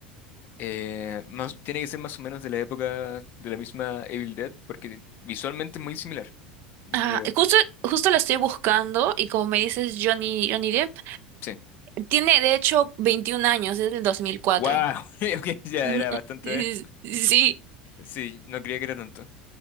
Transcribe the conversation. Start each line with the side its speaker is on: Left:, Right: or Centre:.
Left: Eh, más, tiene que ser más o menos de la época de la misma Evil Dead, porque visualmente es muy similar, en
Right: Ah,
Left: realidad.
Right: justo, justo la estoy buscando y como me dices Johnny, Johnny Depp,
Left: Sí.
Right: tiene de hecho 21 años, es del 2004.
Left: ¡Wow! <laughs> Ok, ya
Right: Ujú,
Left: era
Right: <laughs>
Left: bastante.
Right: eh, Sí, sí.
Left: Sí, no creía que era tanto.